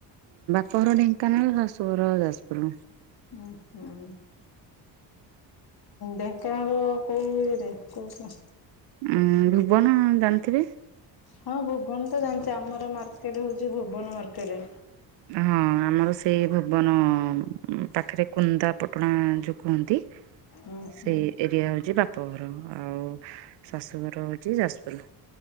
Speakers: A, on the right; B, on the left.
A: ବାପଘର ଢେଙ୍କାନାଳ, ଶାଶୂଘର ଯାଜପୁରୁ।
B: ଓ ହୁଁ। ଢେଙ୍କାନାଳ କୋଉ ଇଏରେ? କୋଉ ଉଁ
A: ଉଁ ଭୁବନ ଜାଣିଥିବେ
B: ହଁ ଭୁବନ ତ ଜାଣିଚି। ଆମର ମାର୍କେଟ ହଉଚି ଭୁବନ ମାର୍କେଟେ।
A: ହଁ ଆମ ଆମର ସେଇ ଭୁବନ ପାଖରେ କୁନ୍ଦାପଟଣା ଯୋଉ କୁହନ୍ତି
B: ଉଁ ହୁଁ
A: ସେଇ ଏରିଆ ହଉଛି ବାପଘର, ଆଉ ଶାଶୂଘର ହଉଛି ଯାଜପୁର।